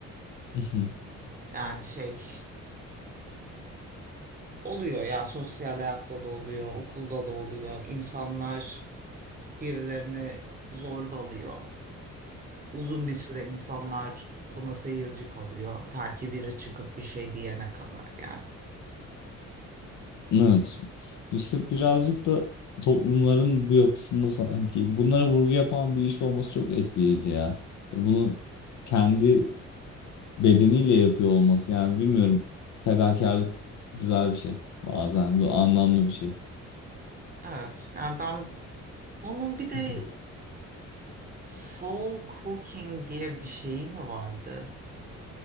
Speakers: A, on the left; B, on the right.
A: <laughs>
B: Yani şey oluyor ya sosyal hayatta da oluyor, okulda da oluyor. İnsanlar birilerini zorbalıyor. Uzun bir süre insanlar buna seyirci kalıyor. Ta ki biri çıkıp bir şey diyene kadar yani.
A: Evet. İşte birazcık da toplumların bu yapısında sanki bunlara vurgu yapan bir iş olması çok etkileyici ya. Ve Bunu kendi bedeniyle yapıyor olması yani bilmiyorum. Fedakarlık güzel bir şey. Bazen bu anlamlı bir şey.
B: Evet yani ben onun bir de
A: <laughs>
B: soul cooking diye bir şeyi mi vardı?